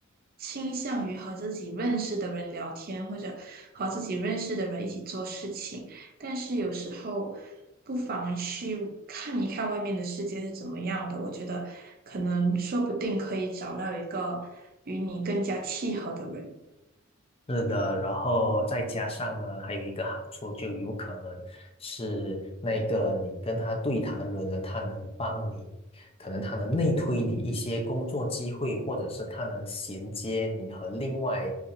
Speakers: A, on the right; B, on the left.
A: 倾向于和自己认识的人聊天，或者和自己认识的人一起做事情。但是有时候不妨去看一看外面的世界是怎么样的。我觉得可能说不定可以找到一个与你更加契合的人。
B: 是的，然后再加上呢，还有一个好处，就有可能是那个你跟他对谈的人呢，他能帮你，可能他能内推你一些工作机会，或者是他能衔接你和另外